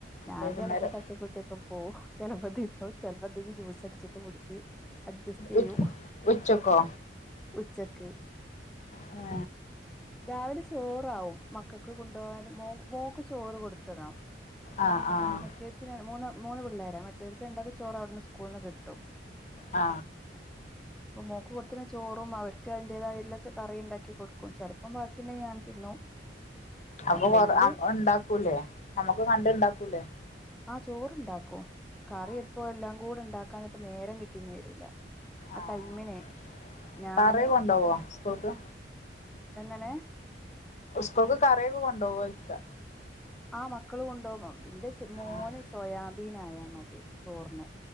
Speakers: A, in the centre; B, on the left (about 40°).
A: ഞാൻ
B: വൈകുന്നേരം
A: ചെലപ്പോ തട്ടിക്കൂട്ട്യൊക്കെ പോവും ചെലപ്പതിന്നും ചെലപ്പ ന്തേലുംജ്യൂസ് അടിച്ചിട്ട് കുടിച്ച് അഡ്ജസ്റ്റ് ചെയ്യും
B: ഉ ഉച്ചക്കോ
A: ഉച്ചക്ക്
B: ആ
A: രാവിലെ ചോറാവും മക്കക്ക് കൊണ്ടോവാന് മോ മോക്ക് ചോറ് കൊട്ത്തിടാം
B: ആഹ് ആഹ്
A: മറ്റോര്ക്ക് മൂന്ന് മൂന്ന് പിള്ളേരാ മ റ്റോൽക്ക് രണ്ടാക്ക് ചോറ് അവിടുന്ന് സ്കൂൾന്ന് കിട്ടും
B: ആ
A: അപ്പൊ മോക്ക് കൊടുത്തിന ചോറും അവര്ക്ക് അയിന്റേതായിട്ടുള്ള കറി ണ്ടാക്കി കൊട് ചെലപ്പം ബാക്കിണ്ടങ്കി ഞാൻ തിന്നും
B: അപ്പൊ
A: അല്ലെങ്കില്
B: കൊറഉണ്ടാക്കൂലേ നമ്മുക്ക് കണ്ട് ഇണ്ടാക്കൂലേ
A: ആ ചോറ്ണ്ടാക്കും കറിപ്പോ
B: ആഹ്
A: എല്ലാം കൂടെ ഉണ്ടാക്കാൻ ഇപ്പോ നേരം കിട്ടീന്ന് വരൂല ആ
B: ആഹ്
A: ടൈമിനെ
B: ആഹ്
A: ഞാന്
B: കറി കൊണ്ടോവോ സ്കൂൾക്ക്
A: ല്ല
B: <unintelligible> കറിക്കെ കൊണ്ടോവോയ്ക്ക
A: ആ മക്കൾ കൊണ്ടോ എന്റെ മോന്
B: ആഹ്
A: സോയാബീൻ ആയാ മതി ചോറിന്